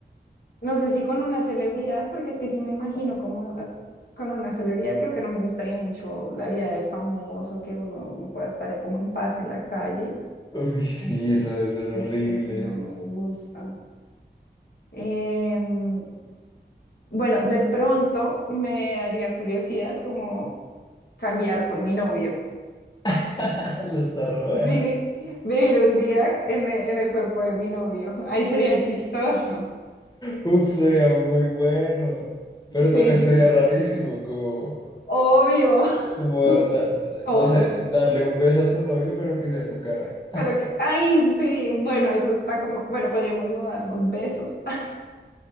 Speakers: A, on the left (about 60°); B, on the left (about 25°).
A: No sé si con una celebridad, porque es que si me imagino como eh, con una celebridad, creo que no me gustaría mucho la vida de famoso, que uno no pueda estar como en paz en la calle.
B: Uy, sí,
A: Mm.
B: eso debe ser horrible.
A: Creo que eso no me gusta. Em, bueno, de pronto me daría curiosidad como cambiar con mi novio.
B: <laughs> Eso está re buena.
A: Vi- vivir un día en, e- en el cuerpo de mi novio. Ahí sería chistoso.
B: Uf, sería muy bueno. Pero también
A: Sí, sí,
B: sería
A: sí.
B: rarísimo, como,
A: Obvio, <laughs>
B: como, da- da-
A: todo.
B: no sé, darle un beso a tu novio, pero que sea tu cara.
A: Pero que, ay, sí, bueno, eso está como, bueno, podríamos no darnos besos. <laughs>